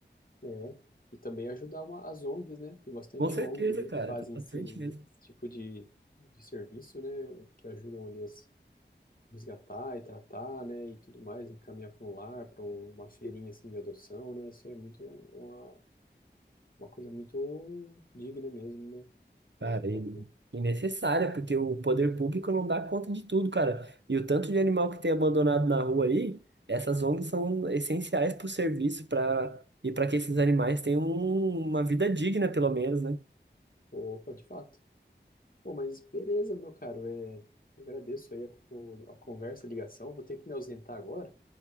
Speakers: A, on the left (about 50°); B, on the right (about 70°).
A: É, e também ajudar uma- as ONGs, né? Tem bastante
B: Com certeza,
A: ONG, né,
B: cara,
A: que fazem
B: tá pra
A: esse,
B: frente mesmo.
A: esse tipo de, de serviço, né? Que ajudam ali a resgatar e tratar, né? E tudo mais, e encaminhar para um lar, para uma feirinha assim de adoção, né? Isso aí é muito uma, uma coisa muito digna mesmo, né? Vale
B: Cara,
A: muito
B: e
A: a pena.
B: e necessária, porque o poder público não dá conta de tudo, cara. E o tanto de animal que tem abandonado na rua aí, essas ONGs são essenciais para o serviço para e para que esses animais tenham um- uma vida digna, pelo menos, né?
A: Opa, de fato. Pô, mas beleza, meu caro. É, agradeço aí a, o- a conversa, a ligação. Vou ter que me ausentar agora,